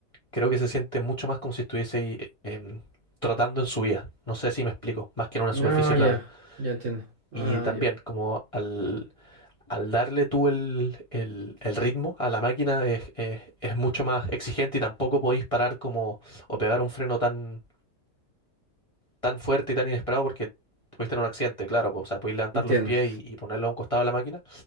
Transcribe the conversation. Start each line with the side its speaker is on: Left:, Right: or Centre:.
Left: creo que se siente mucho más como si estuviese ahí em, trotando en subida. No sé si me explico, más que en una
Right: No,
Left: superficie
Right: ya,
Left: plana.
Right: ya entiendo. Ah,
Left: Y también
Right: ya,
Left: como al, al darle tú el, el- el ritmo a la máquina es, es- es mucho más exigente y tampoco podéis parar como o pegar un freno tan, tan fuerte y tan inesperado porque pudiste tener un accidente, claro. O sea, podéis levantar
Right: entiendo.
Left: los pies y, y ponerlo a un costado de la máquina